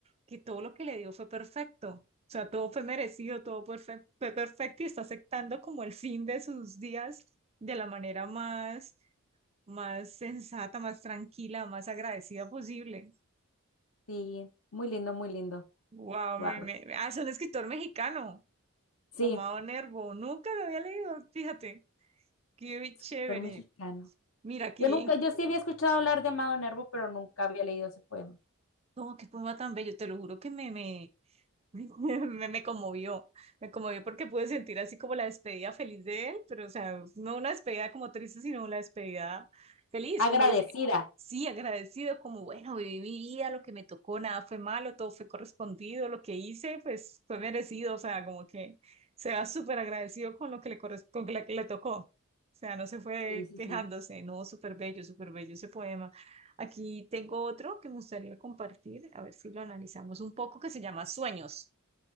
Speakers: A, on the right; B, on the left.
A: que todo lo que le dio fue perfecto, o sea, todo fue merecido, todo perfe- fue perfecto y está aceptando como el fin de sus días de la manera más, más sensata, más tranquila, más agradecida posible.
B: sí, muy lindo, muy lindo.
A: Wow,
B: Wow.
A: me, me, ah, es un escritor mexicano,
B: Sí,
A: Amado Nervo, nunca lo había leído, fíjate, qué
B: escritor
A: chévere.
B: mexicano.
A: Mira, aquí
B: Yo nunca, yo sí había escuchado hablar de Amado Nervo, pero nunca había leído ese poema.
A: No, qué poema tan bello, te lo juro que me, me, <laughs> me, me conmovió, me conmovió porque pude sentir así como la despedida feliz de él, pero o sea, no una despedida como triste, sino una despedida feliz,
B: Agradecida.
A: como dice, sí, agradecido, como bueno, viví mi vida, lo que me tocó, nada fue malo, todo fue correspondido, lo que hice, pues fue merecido, o sea, como que se va súper agradecido con lo que le, corres- con lo que le tocó, o sea, no se fue
B: Sí, sí,
A: quejándose,
B: sí.
A: no, súper bello, súper bello ese poema. Aquí tengo otro que me gustaría compartir, a ver si lo analizamos un poco, que se llama Sueños.